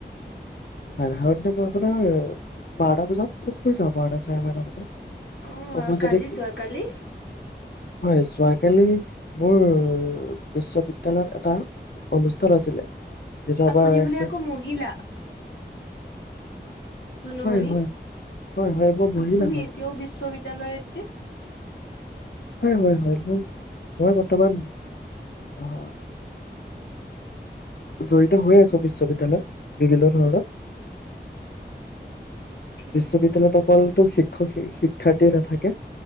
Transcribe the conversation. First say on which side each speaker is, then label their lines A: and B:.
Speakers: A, on the left; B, on the left.
A: সাধাৰণতে মই আপোনাৰ, বাৰটা বজাত <unintelligible> শুই যাওঁ, বাৰটা, চাৰে বাৰটাৰ পিচত।
B: অঁ
A: অ', মই
B: কালি
A: যদি,
B: যোৱাকালি
A: হয় যোৱাকালি। মোৰ বিশ্ববিদ্যালয়ত এটা অনুষ্ঠান আছিলে। যিটো
B: আপুনি
A: আমাৰ
B: বোলে
A: শেষ
B: আকৌ মহিলা? জুনুমণি,
A: হয় হয় হয় হয় মই মহিলা
B: আপুনি
A: হয়,
B: এতিয়াও বিশ্ববিদ <unintelligible>
A: হয়, হয়, হয়, মই মই বৰ্তমান অ'হ। জড়িত হৈয় আছো বিশ্ববিদ্যালয়ত। বিভিন্ন ধৰণৰ।
B: অ'কে
A: বিশ্ববিদ্যালয়ত অকলতো শিক্ষক-শিক্ষাৰ্থীয়ে নাথাকে।